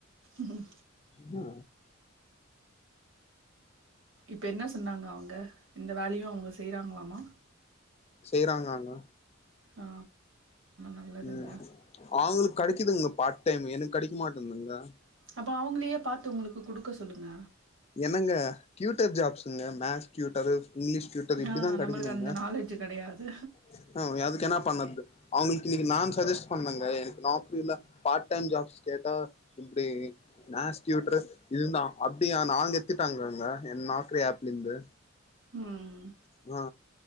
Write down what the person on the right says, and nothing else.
ம்
இப்ப என்ன சொன்னாங்க அவுங்க இந்த வேலையு அவுங்க செய்றாங்ளாமா
ஆ நல்லதுங்க
அப்ப அவுங்ளேயே பாத்து உங்களுக்கு குடுக்க சொல்லுங்க
ஆ நம்மளுக்கு
அந்த நாலேஜ் கிடையாது
ம்